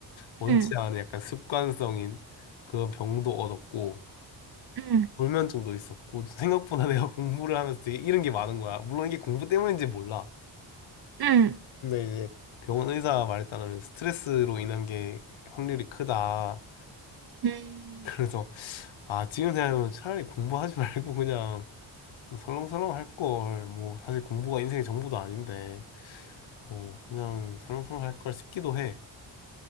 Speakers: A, on the left (about 75°); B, on the right (about 50°).
A: 원치
B: 음, 음,
A: 않은 약간 습관성인 그런 병도 얻었고
B: 음,
A: 불면증도 있었고 생각보다 <laughs> 내가 공부를 하면서 되게 잃은 게 많은 거야. 물론 이게 공부 때문인지 몰라.
B: 음,
A: 근데 이제 병원 의사 말에 따르면 스트레스로 인한 게 확률이 크다.
B: 음,
A: <laughs> 그래서 아 지금 생각하면 차라리 공부하지 말고 그냥 좀 설렁설렁 할 걸, 뭐, 사실 공부가 인생의 전부도 아닌데, 어, 그냥 설렁설렁 할 걸 싶기도 해.